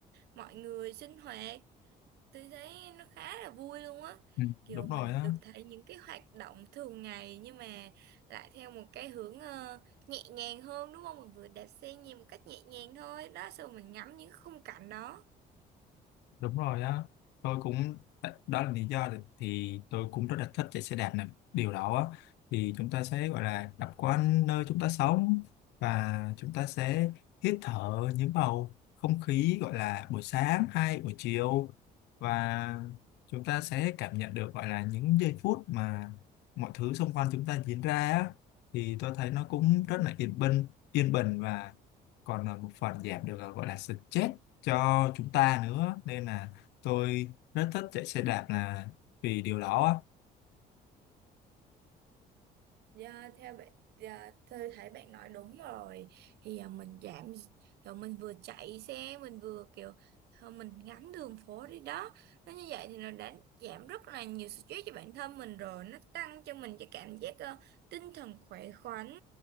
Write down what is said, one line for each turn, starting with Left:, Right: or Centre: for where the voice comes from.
Right: mọi người sinh hoạt tôi thấy nó khá là vui luôn á
Left: ừ,
Right: kiểu
Left: đúng
Right: mình
Left: rồi á
Right: được thấy những cái hoạt động thường ngày nhưng mà lại theo một cái hướng ờ, nhẹ nhàng hơn đúng không mình vừa đạp xe nhìn một cách nhẹ nhàng thôi đó xong rồi mình ngắm những khung cảnh đó
Left: đúng rồi á tôi cũng đó là lý do thì, thì tôi cũng rất là thích chạy xe đạp này điều đó á thì chúng ta sẽ gọi là đạp quanh nơi chúng ta sống và chúng ta sẽ hít thở những bầu không khí gọi là buổi sáng hay buổi chiều và chúng ta sẽ cảm nhận được gọi là những giây phút mà mọi thứ xung quanh chúng ta diễn ra á thì tôi thấy nó cũng rất là yên bình yên bình và còn là một phần giảm được gọi là stress cho chúng ta nữa nên là tôi rất thích chạy xe đạp là vì điều đó á.
Right: Dạ, theo bạn dạ, tôi thấy bạn nói đúng rồi thì à, mình giảm rồi mình vừa chạy xe mình vừa kiểu thôi mình ngắm đường phố đi đó nó như vậy thì nó đã giảm rất là nhiều stress cho bản thân mình rồi nó tăng cho mình cái cảm giác ờ, tinh thần khỏe khoắn